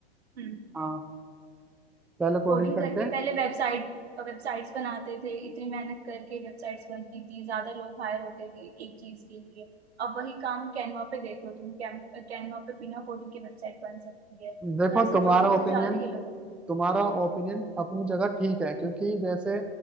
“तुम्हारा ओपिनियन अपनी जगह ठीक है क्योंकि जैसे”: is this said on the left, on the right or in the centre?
Centre